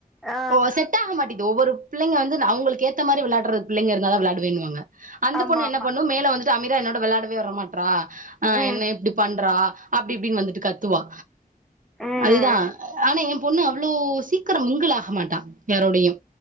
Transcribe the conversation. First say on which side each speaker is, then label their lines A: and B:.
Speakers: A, in the centre; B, on the right (about 60°).
A: ஆ
B: ஓ செட் டாக மாட்டிக்து ஒவ்வொரு பிள்ளைங்க வந்து அவ்ங்ளுக் ஏத்த மாறி வெளாட்ற பிள்ளைங்க இருந்தா தா விளாடுவேன்னு வாங்க அந்த
A: ஆமா
B: பொண்ணு என்ன
A: ஆமா
B: பண்ணு மேல வந்துட்டு அமிதா என்னோட வெளாடவே வரமாட்றா ஆ
A: ம்
B: என்ன இப்டி பண்றா அப்டி இப்டின்னு வந்துட்டு கத்துவா
A: ம்
B: அதுதா ஆனா என் பொண்ணு அவ்ளோ சீக்கரம் மிங்குல் ஆக மாட்டா யாரோடையும்